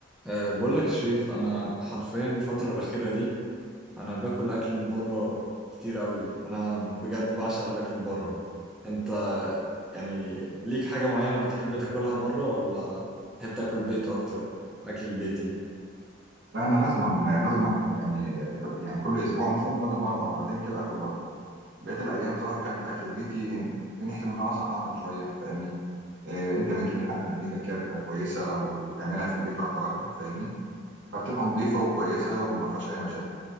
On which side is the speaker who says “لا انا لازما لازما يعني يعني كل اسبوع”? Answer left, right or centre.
Right